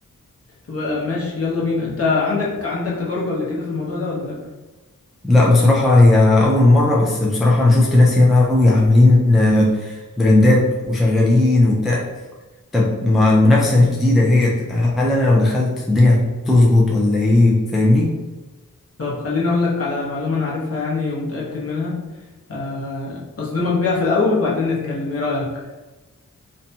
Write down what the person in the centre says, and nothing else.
لا بصراحة هي أول مرة بس بصراحة أنا شفت ناس ياما أوي عاملين آه، براندات وشغالين وبتاع طب مع المنافسة الجديدة هي هل أنا لو دخلت الدنيا هتظبط ولا إيه فاهمني؟